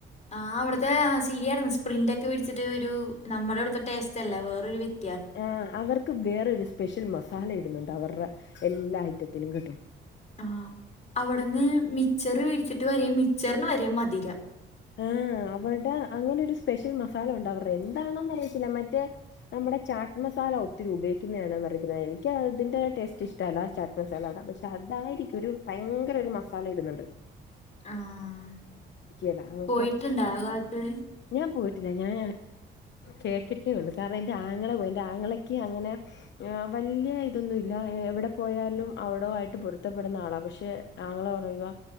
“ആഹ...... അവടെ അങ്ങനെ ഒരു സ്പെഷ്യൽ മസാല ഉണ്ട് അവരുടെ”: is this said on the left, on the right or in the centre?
Left